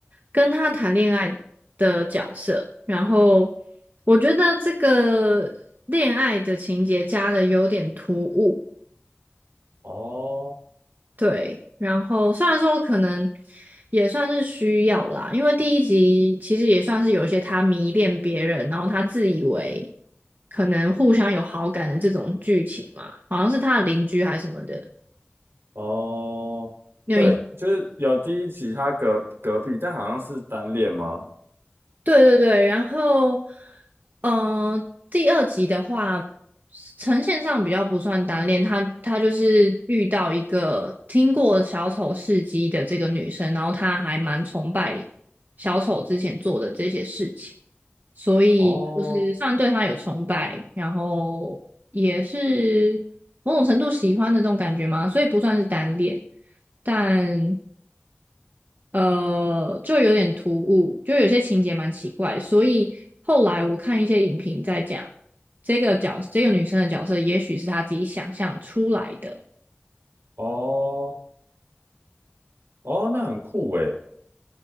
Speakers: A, on the right; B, on the right.
A: 跟她谈恋爱的角色。然后我觉得这个恋爱的情节加的有点突兀，
B: 哦
A: 对，然后虽然说我可能也算是需要啦，因为第一集其实也算是有一些他迷恋别人，然后他自以为可能互相有好感的这种剧情嘛，好像是他的邻居还是什么的，
B: 哦，
A: 你有印
B: 对，就是有第一集他隔隔壁，但好像是单恋吗？
A: 对对对，然后，嗯、第二集的话，呈现上比较不算单恋，她她就是遇到一个听过小丑事迹的这个女生，然后她还蛮崇拜小丑之前做的这些事情，所以就是算对她有崇拜，
B: 哦
A: 然后也是某种程度喜欢的这种感觉嘛，所以不算是单恋。但呃，就有点突兀，就有些情节蛮奇怪，所以后来我看一些影评在讲这个角，这个女生的角色，也许是她自己想象出来的。
B: 哦哦，那很酷诶，